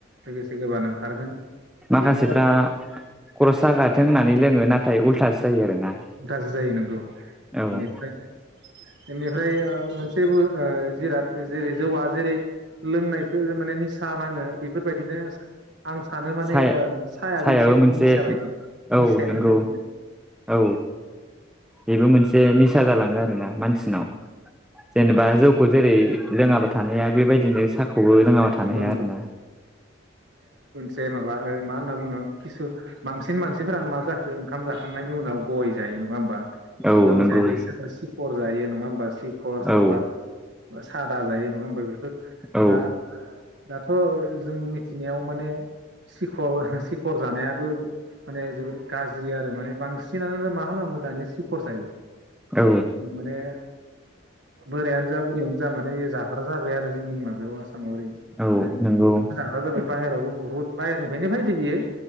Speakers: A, on the right; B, in the centre.
A: लोगोसे गोबानो ओंखारगोन
B: माखासेफ्रा
A: बेनो आरो
B: खर' सागाथों होननानै लोङो नाथाय उल्थासो जायो आरोना।
A: उल्थासो जायो नोंगौ
B: औ
A: बेनिफ्राय बेनिफ्राय मोनसेबो जिराद जेरै जौआ जेरै लोंनायखौ माने निसा नाङो बेफोरबायदिनो आं सानो माने
B: साया
A: ओ साहायाबो
B: सायाबो
A: एसे माने
B: मोनसे
A: निसा बायदि
B: औ
A: निसायानो
B: नंगौ
A: बायदि मोनो
B: औ बेबो मोनसे निसा जालाङो आरोना मानसिनाव जेनेबा जौ खौ जेरै लोङाबा थानो हाया बेबायदिनो साहखौबो लोङाबा थानो
A: नंगौ
B: हाया आरोना।
A: बे माबा ओ मा होनना बुङो किसु बांसिन मानसिफोरानो मा जाखो ओंखाम जाखांनायनि उनाव गय जायो नङा होमबा
B: औ
A: गय
B: नंगौ
A: जायो सोरबा सिखर जायो नङा होमबा सि खर सोरबा
B: औ
A: सादा जायो नङा होमबा बेफोर
B: औ
A: दा दाथ' जों मिथिनायाव माने सिखर सिखर जानायाबो माने जोबोद गाज्रि आरो माने बांसिनानो मा खालामो दानि सिखर जायो
B: औ।
A: माने बोरायानो जा बुरैयानो जा माने मा जाबाय आरो जोंनि माबायाव आसामाव ओरै
B: औ
A: माने
B: नंगौ
A: जाग्रा जाबाय बायेरावबो बुहुत बाहेरनिफ्रायनो फायदो बियो